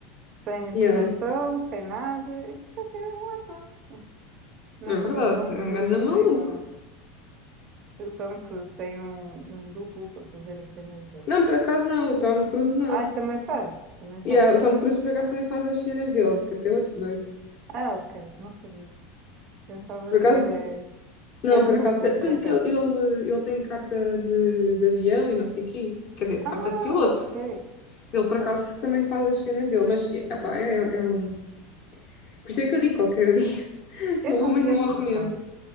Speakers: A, on the right (about 45°); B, on the left (about 50°).
A: sem
B: Yeah,
A: proteção, sem nada. Isso é que é um ator. Não
B: é
A: é
B: verdade,
A: como o Tom
B: é
A: Cruise
B: um ganda maluco.
A: que tem um. O Tom Cruise tem um, um duplo para fazer as cenas dele.
B: Não, por acaso não, o Tom Cruise não.
A: Ah, também faz, também
B: Yeah,
A: faz.
B: o Tom Cruise por acaso também faz as cenas dele, porque esse é outro doido.
A: Ah, ok, não sabia. Pensava
B: Por acaso,
A: que era,
B: não,
A: que era
B: por
A: um
B: acaso,
A: duplo,
B: t-
A: por
B: tanto
A: acaso.
B: que ele, ele, ele tem carta de, de avião e não sei o quê, quer dizer,
A: Ah,
B: carta de piloto.
A: ok.
B: Ele,
A: Ok.
B: por acaso, também faz as cenas dele, mas, é- epá, é, é um... Por isso é que eu digo qualquer dia, <laughs>
A: É
B: o
A: demasiado
B: homem morre
A: forçado.
B: mesmo.